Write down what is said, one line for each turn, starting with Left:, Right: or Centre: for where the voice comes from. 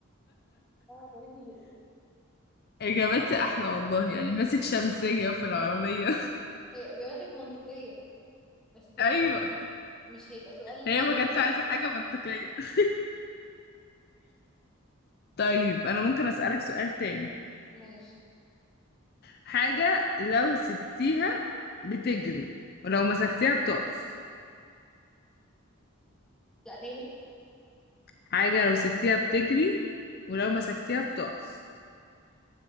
Centre: آه، عجبتني جدا
Left: إجابتي أحلى والله يعني ماسك شمسية في العربية
Centre: هي اجاباتك منطقية بس يعني
Left: <laughs> أيوة
Centre: مش هيبقى سؤال
Left: هي
Centre: حلو
Left: ما كانتش
Centre: ساعتها
Left: عايزة حاجة منطقية <laughs> طيب أنا ممكن أسألك سؤال تاني
Centre: ماشي
Left: حاجة لو سبتيها بتجري ولو مسكتيها بتقف
Centre: لا تاني
Left: حاجة لو سبتيها بتجري ولو مسكتيها بتقف